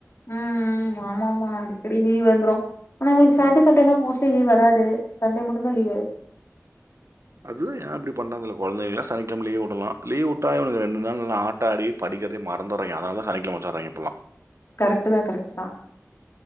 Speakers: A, on the left; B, on the right.
A: ம் ஆமாமா அடிக்கடி லீவ் வந்துரு ஆன உங்களுக்கு சேட்டே
B: ஆமா.
A: சண்டேலா மோஸ்ட்லி லீவ் வராது சண்டே மட்டுந்தா லீவு
B: அது ஏ அப்டி பண்ணதுல கொழந்தைகள சனிக்கெழம லீவ் உடலா லீவ் உட்டா இவனுக ரண்டு நாள் நல்லா ஆட்ட ஆடி படிக்கறதயே மறந்துர்றாங்க அதனால தா சனிக்கெழம வச்சிர்ராங்க இப்பல்லா
A: கரெக்ட் தா கரெக்ட் தா